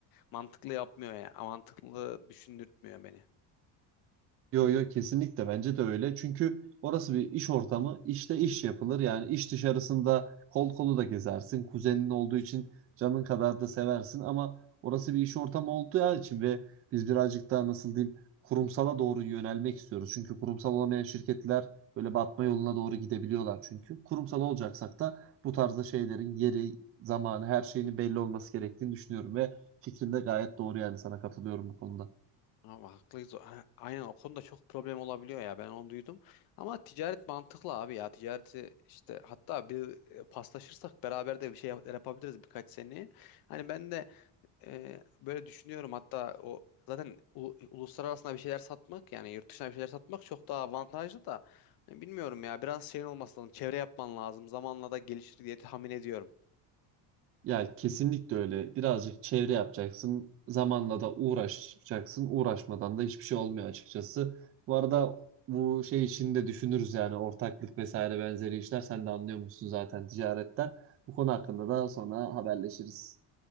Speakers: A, on the left; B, on the right.
A: Mantıklı yapmıyor ya. Mantıklı düşündürtmüyor beni.
B: Yo yo kesinlikle bence de öyle. Çünkü orası bir iş ortamı. İşte iş yapılır. Yani iş dışarısında kol kolu da gezersin. Kuzenin olduğu için canın kadar da seversin ama orası bir iş ortamı olduğu için ve biz birazcık daha nasıl diyeyim kurumsala doğru yönelmek istiyoruz. Çünkü kurumsal olamayan şirketler böyle batma yoluna doğru gidebiliyorlar çünkü. Kurumsal olacaksak da bu tarzda şeylerin yeri, zamanı, her şeyinin belli olması gerektiğini düşünüyorum ve fikrin de gayet doğru yani sana katılıyorum bu konuda.
A: Ama haklıyız. ha, Aynen o konuda çok problem olabiliyor ya. Ben onu duydum. Ama ticaret mantıklı abi ya. Ticareti işte hatta bir e, paslaşırsak beraber de bir şey yap- yapabiliriz birkaç seneye. Hani ben de e, böyle düşünüyorum hatta o zaten u- uluslararasına bir şeyler satmak yani yurt dışına bir şeyler satmak çok daha avantajlı da Hani bilmiyorum ya biraz şeyin olması lazım çevre yapman lazım zamanla da gelişir diye tahmin ediyorum.
B: Ya kesinlikle öyle. Birazcık çevre yapacaksın. Zamanla da uğraşacaksın. Uğraşmadan da hiçbir şey olmuyor açıkçası. Bu arada bu şey işini de düşünürüz yani ortaklık vesaire benzeri işler. Sen de anlıyormuşsun zaten ticaretten. Bu konu hakkında da sonra haberleşiriz.